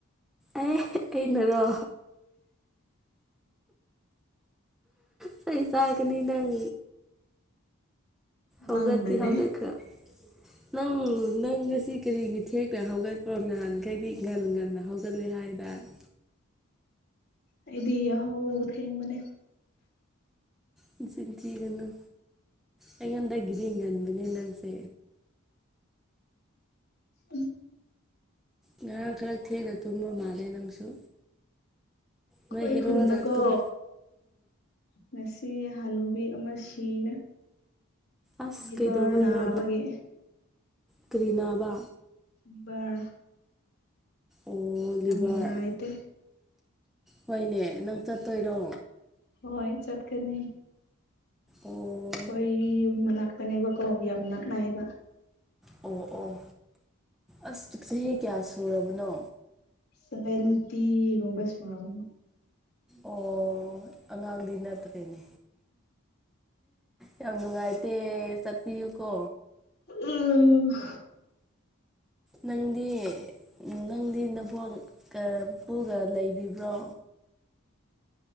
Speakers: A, in the centre; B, on the left.
A: ꯑꯦ ꯑꯩꯅꯔꯣ ꯆꯩ ꯆꯥꯒꯅꯤ ꯅꯪ ꯍꯧꯒꯠꯇꯤ
B: ꯅꯪꯅꯅꯦ
A: ꯍꯧꯒꯠꯈ꯭ꯔꯦ ꯅꯪ ꯅꯪ ꯉꯁꯤ ꯀꯔꯤꯒꯤ ꯊꯦꯛꯅ ꯍꯧꯒꯠꯄ꯭ꯔꯣ ꯅꯍꯥꯟꯈꯩꯗꯤ ꯉꯒꯟ ꯉꯟꯅ ꯍꯧꯒꯠꯂꯦ ꯍꯥꯏꯗꯅ
B: ꯑꯩꯗꯤ ꯌꯥꯍꯧ ꯊꯦꯡꯕꯅꯦ
A: ꯅꯆꯤꯟꯊꯤꯒꯅꯨ ꯑꯩꯉꯣꯟꯗꯒꯤꯗꯤ ꯉꯟꯕꯅꯦ ꯅꯪꯁꯦ
B: ꯎꯝ
A: ꯉꯔꯥꯡ ꯈꯔ ꯊꯦꯡꯅ ꯇꯨꯝꯕ ꯃꯥꯜꯂꯦ ꯅꯪꯁꯨ
B: ꯑꯩꯈꯣꯏ
A: ꯅꯣꯏ ꯍꯤꯔꯣꯗ
B: ꯈꯨꯟꯗꯀꯣ
A: ꯇꯨꯝ
B: ꯉꯁꯤ ꯍꯅꯨꯕꯤ ꯑꯃ ꯁꯤꯔꯦ
A: ꯑꯁ
B: ꯂꯤꯚꯔ
A: ꯀꯩꯗꯧꯕꯒꯤꯔꯣ
B: ꯅꯥꯕꯒꯤ
A: ꯀꯔꯤꯅꯥꯕ
B: ꯂꯤꯕꯔ
A: ꯑꯣ ꯂꯤꯚꯔ
B: ꯅꯨꯡꯉꯥꯏꯇꯦ
A: ꯍꯣꯏꯅꯦ ꯅꯪ ꯆꯠꯇꯣꯏꯔꯣ
B: ꯍꯣꯏ ꯆꯠꯀꯅꯤ
A: ꯑꯣ
B: ꯑꯈꯣꯏ ꯌꯨꯝ ꯃꯅꯥꯛꯇꯅꯦꯕꯀꯣ ꯌꯥꯝ ꯅꯥꯛ ꯅꯥꯏꯌꯦꯕ
A: ꯑꯣ ꯑꯣ ꯑꯁ ꯆꯍꯤ ꯀꯌꯥ ꯁꯨꯔꯕꯅꯣ
B: ꯁꯕꯦꯟꯇꯤꯒꯨꯝꯕ ꯁꯨꯔꯝ
A: ꯑꯣ ꯑꯉꯥꯡꯗꯤ ꯅꯠꯇ꯭ꯔꯦꯅꯦ ꯌꯥꯝ ꯅꯨꯡꯉꯥꯏꯇꯦ ꯆꯠꯄꯤꯌꯨꯀꯣ
B: ꯎꯝ
A: ꯅꯪꯗꯤ ꯅꯪꯗꯤ ꯅꯕꯣꯛ ꯅ ꯄꯨꯨꯒ ꯂꯩꯔꯤꯕ꯭ꯔꯣ